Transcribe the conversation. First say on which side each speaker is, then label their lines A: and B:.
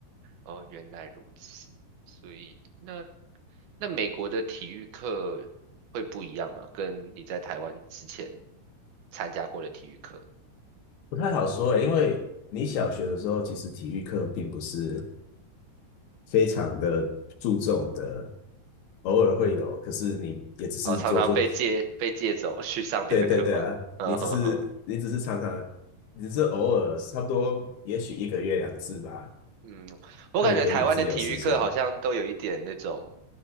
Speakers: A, on the right; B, on the left.
A: 哦，原来如此。所以，那那美国的体育课会不一样吗？跟你在台湾之前参加过的体育课，
B: 不太好说诶，因为你小学的时候，其实体育课并不是非常的注重的，偶尔会有，可是你也只是做做体，
A: 哦，常常被借被借走去上别的课吗？
B: 对对对啊，
A: 嗯哼哼，
B: 你只是你只是常常，你只是偶尔，差不多也许一个月两次吧，
A: 嗯，我感觉台湾的体育课好像都有一点那种，
B: 会给你自由时间。